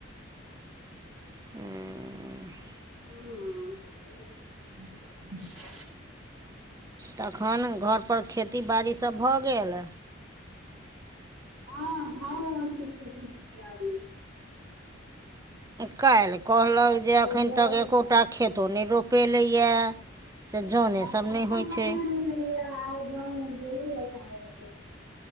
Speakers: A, on the right; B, on the right.
A: <unintelligible>
B: ह <unintelligible> <unintelligible>
A: तखन घर पर खेती बाड़ी सब भऽ गेल
B: हँ भऽ रहल <unintelligible> बारी
A: काल्हि कहलक जे
B: आइ
A: एखन
B: जल
A: तक एकोटा खेतो नहि रोपेलैयै से जोने
B: हँ
A: सभ
B: तऽ एखन
A: नहि होइत छै
B: <unintelligible>